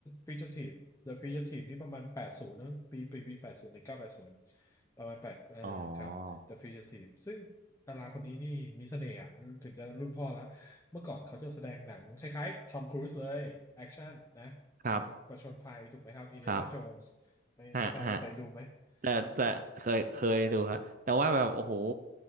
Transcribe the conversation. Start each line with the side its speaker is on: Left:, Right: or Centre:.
Left: Fugitive The Fugitive นี่ประมาณแปดศูนย์ปีปีปีแปดศูนย์หนึ่งเก้าแปดศูนย์ประมาณแปดเออครับ
Right: อ๋อ
Left: The Fugitive ซึ่ง ดาราคนนี้นี่มีเสน่ห์อะถึงจะรุ่นพ่อแล้วเมื่อก่อนเขาจะแสดงหนังคล้ายๆทอมครูซเลยแอคชั่นนะแนวประชนภัยถูกไหมครับอินเดียนาโจนส์ไม่ไม่ทราบว่าเคยดูไหม
Right: ครับครับฮะฮะ แต่แต่เคยเคยดูครับแต่ว่าแบบโอ้โห
Left: อิน